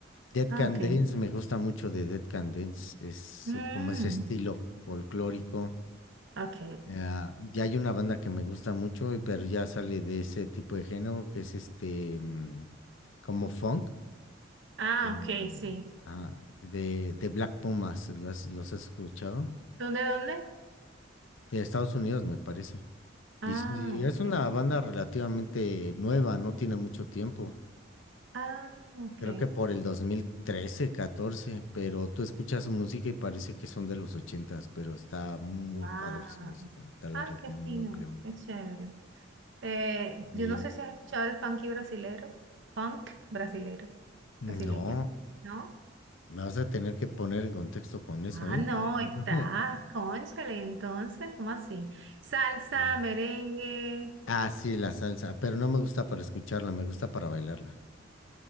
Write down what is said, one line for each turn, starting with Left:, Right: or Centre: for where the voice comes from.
Left: Dead
Right: Ah,
Left: Can
Right: ok.
Left: Dance, me gusta mucho de Dead Can Dance, es
Right: Mm,
Left: eh, como ese estilo folclórico.
Right: ok.
Left: Ah, ya hay una banda que me gusta mucho, y- pero ya sale de ese tipo de género, que es este, mm, como funk,
Right: Ah,
Left: mm,
Right: ok, sí.
Left: ajá, de, de Black Pumas, ¿los, los has escuchado?
Right: ¿Dónde, dónde?
Left: De Estados Unidos, me parece.
Right: Ah,
Left: Y sí,
Right: ok.
Left: es una banda relativamente nueva, no tiene mucho tiempo.
Right: Ah, ok.
Left: Creo que por el 2013, 14, pero tú escuchas su música y parece que son de los ochentas, pero está muy
Right: Wow.
Left: padre su música, te la
Right: Ah,
Left: recomiendo
Right: qué fino,
Left: ampliamente.
Right: qué chévere. Eh, yo
Left: Y
Right: no sé si has escuchado el funky brasilero, funk brasilero,
Left: no,
Right: brasileño, ¿no?
Left: me vas a tener que poner en contexto con eso,
Right: Ah,
Left: ¿eh?
Right: no,
Left: <laughs>
Right: estás, cónchale, entonces, ¿cómo así? Salsa,
Left: Sí.
Right: merengue.
Left: Ah, sí, la salsa, pero no me gusta para escucharla, me gusta para bailarla.